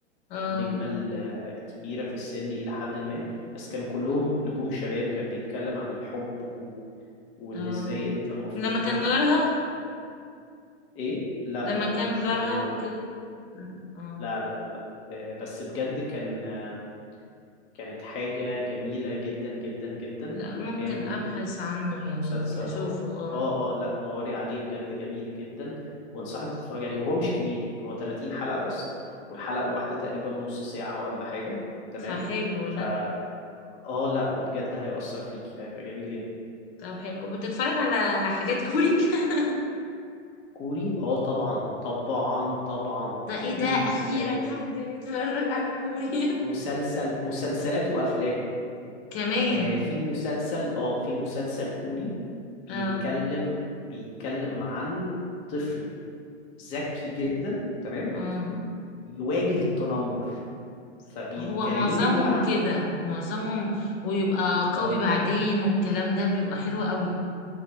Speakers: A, on the left; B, on the left.
A: اه
B: النجمة ال- الكبيرة في السن إلى حد ما بس كانوا كلهم نجوم شباب كان بيتكلم عن الحب و... وإن
A: اه
B: إزاي أنت المفروض
A: لما كان
B: ما
A: جارها
B: ت- إيه لا
A: لما
B: لا
A: كان
B: مش
A: جارها
B: جيران ولا
A: وكده اه
B: لا لا لا لا آه، بس بجد كان آه، كانت حاجة جميلة جدا جدا جدا
A: لا
B: وكان
A: ممكن ابحث عنه يعني
B: مسلسل
A: اشوفه
B: رائع
A: اه
B: اه اه لا دوري عليه بجد جميل جدا وانصحك تتفرج عليه وهو مش كبير هو 30 حلقة بس والحلقة الواحدة تقريبا نص ساعة ولا حاجة تمام
A: فحلو لا
B: فا اه لا وبجد هيأثر فيكي هيبقى جميل جدا
A: طب حلو وبتتفرج على حاجات كوري <laughs>
B: كوري اه طبعا طبعا طبعا
A: ده ايه
B: كوري
A: ده اخيرا
B: آه
A: حد بيتفرج على كوري
B: مسلسل مسلسلات وافلام
A: <laughs> كمان
B: آه، في مسلسل اه في مسلسل كوري بيتكلم
A: اه
B: بيتكلم عن طفل ذكي جدا تمام
A: اه
B: بيواجه التنمر فبيتكلموا
A: هو معظمهم
B: بقى
A: كده
B: عن-
A: معظمهم ويبقى
B: اه
A: قوي بعدين والكلام ده بيبقى حلو قوي